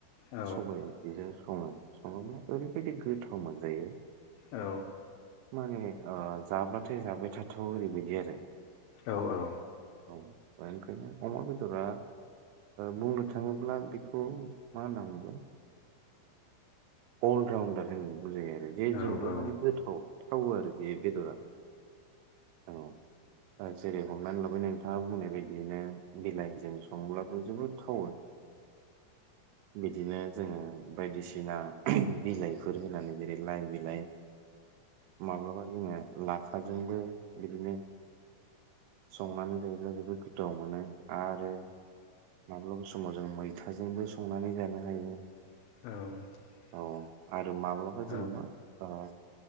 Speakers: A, on the left (about 80°); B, on the right (about 85°).
A: औ
B: सबाइ ओंख्रैजो सङो सङोब्ला ओरैबायाददि गोथाव मोन जायो।
A: औ
B: माने जाब्लाथाय जाबाय थाथाव ओरैबायदि आरो।
A: औ औ
B: औ बे ओंखायनो अमर बेदरा बुंनो थाङोब्ला बेखौ मा होनना बुंगोन ओ अल राउनदार होन बुंजा जेजोंबो
A: औ औ
B: माने गोथाव। औ आरो बे बेदरा औ जेरै हमनानै लाबाय नोंथाङा बुंनाय बायदियैनो बिलाइजों सङोब्लाबो जोबोद थावो। बिदिनो जोङो बायदिसिना बिलाइफोर होनानै ज' देग्लाय बिलाय माब्लाबा जोङो लाफाजोंबो बिदिनो संनानै जायोब्ला जोबोद गोथाव मोनो। आरो माब्ला स साम' जों मैथाजोंबो संनानै जानो हायो।
A: औ
B: उम आरो माब्लाबा जोङो
A: औ
B: मा ओ